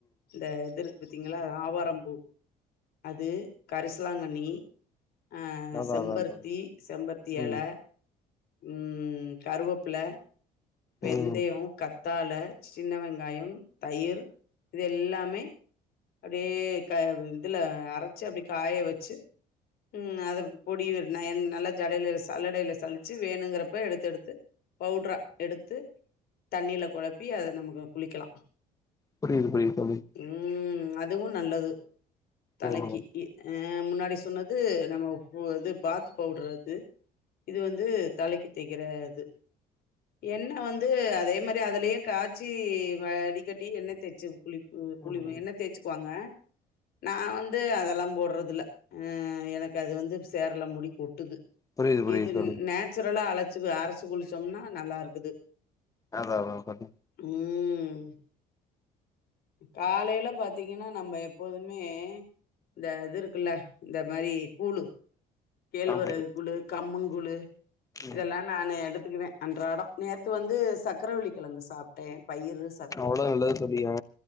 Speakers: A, on the left; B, on the left.
A: இந்த இதுருக்கு பாத்தீங்ளா ஆவாரம்பூ அது கரிசலாங்கண்ணி ஆ
B: அதா
A: செம்பருத்தி
B: அதா தோழி
A: செம்பத்தி
B: ம்
A: எல ம் கருவப்பில வெந்தயோ
B: ம்
A: கத்தாழ சின்ன வெங்காயம் தயிர் இது எல்லாமே அப்டியே கா இதுல அரச்சு அப்டி காய வச்சு ம் அத பொடி நயன் நல்லா ஜடையில சல்லடையில சழிச்சு வேணுங்கிறப்ப எடுத்து எடுத்து பவ்ட்ரா எடுத்து தண்ணில கொழப்பி அத நமக்கு குளிக்கலா
B: புரியுது புரியுது <unintelligible>
A: ம் அதுவு நல்லது தலைக்கி
B: ம்
A: இ அ ஆ முன்னாடி சொன்னது நம்ம பு இது பாத் பவுடர் அது இது வந்து தலைக்கி தேக்கிற இது எண்ணெ வந்து அதே மாரி அதுலயே காய்ச்சி வடிக்கட்டி எண்ணெ தேச்சு குளிப் கு குளிவு
B: ம்
A: எண்ணெ தேய்ச்சுக்குவாங்க நா வந்து அதெல்லா போட்றதுல்ல ஆ எனக்கு அது வந்து சேர்ல முடி கொட்டுது
B: புரியுது புரியுது
A: இது
B: தோழி
A: நேச்சுரலா அழச்சு அரச்சு குளிச்சோம்னா நல்லா இருக்குது
B: அதா அதா கொட்டு
A: ம் காலைல பத் பாத்தீங்கனா நம்ம எப்போதுமே இந்த இது இருக்குல்ல இந்த மாரி கூழு கேழ்வரகு
B: ஆமா தோழி
A: கூழு கம்மங் கூழு இதெல்லா
B: ம்
A: நானு எடுத்துக்குவ அன்றாடோ நேத்து வந்து சக்கரவள்ளி கிழங்கு சாப்பட்டே பயிரு
B: அவ்ளோ நல்லது தோழி அ